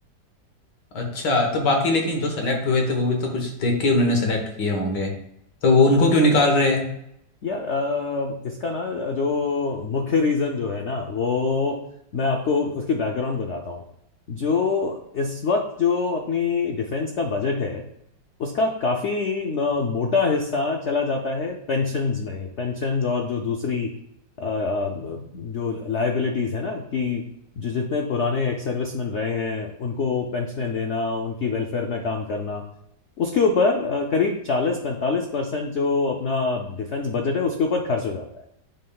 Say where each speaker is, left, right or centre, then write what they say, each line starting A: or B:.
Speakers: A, on the left; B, on the left.
A: अच्छा तो बाकी लेकिन जो सेलेक्ट हुए थे वो भी तो कुछ देख के उन्होंने सेलेक्ट किए होंगे तो वो उनको क्यों निकाल रहे हैं
B: यार अ, इसका ना जो मुख्य रीजन जो है ना वो मैं आपको उसकी बैकग्राउंड बताता हूँ जो इस वक्त जो अपनी डिफेंस का बजट है उसका काफी अ, मोटा हिस्सा चला जाता है पेंशन्स में पेंशन्स और जो दूसरी अ, अ, जो लायबिलिटीज है ना कि जो जितने पुराने एक्स सर्विसमैन रहे हैं उनको पेंशनें देना उनकी वेलफेयर में काम करना उसके ऊपर अ, करीब चालीस पैंतालीस परसेंट जो अपना डिफेंस बजट है उसके ऊपर खर्च हो जाता है